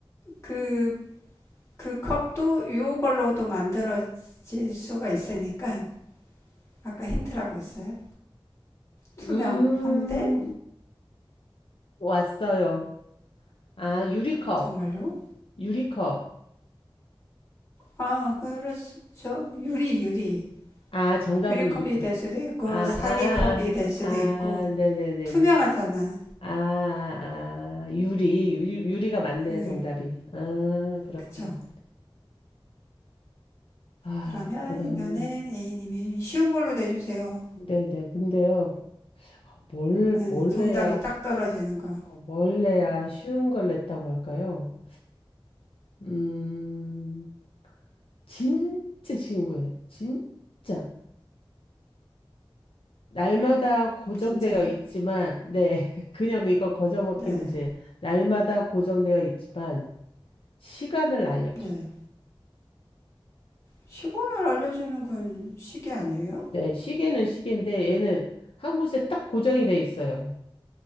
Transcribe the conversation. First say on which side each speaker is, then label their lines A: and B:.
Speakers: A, on the left (about 30°); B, on the left (about 70°).
A: 그, 그 컵도 요걸로도 만들어질 수가 있으니까, 아까 힌트라고 했어요. 투명한데,
B: 음, 왔어요. 아, 유리컵.
A: 정말요?
B: 유리컵.
A: 아, 그렇죠. 유리, 유리.
B: 아, 정답은
A: 유리컵이
B: 유,
A: 될 수도 있고,
B: 아, 아,
A: 사기컵이 될 수도
B: 아,
A: 있고,
B: 아, 네네네네.
A: 투명하잖아.
B: 아, 아, 아, 유리, 유리, 유리가 맞네요,
A: 유일.
B: 정답이. 아, 그렇구나.
A: 그쵸?
B: 아,
A: 그러면
B: 그 다음,
A: 이번엔 A님이 쉬운 걸로 내주세요.
B: 네네. 근데요. 뭘,
A: 네,
B: 뭘
A: 정답이
B: 해야
A: 딱 떨어지는 거.
B: 어, 뭘 내야 쉬운 걸 냈다고 할까요? 음, 진짜 쉬운 거예요. 진짜. 날마다 고정되어
A: 진짜요?
B: 있지만, 네, <laughs> 그냥 이거 거저먹기
A: 네.
B: 문제. 날마다 고정되어 있지만, 시간을 알려줘요.
A: 네. 시간을 알려주는 건 시계 아니에요?
B: 네, 시계는 시계인데, 얘는 한 곳에 딱 고정이 돼 있어요.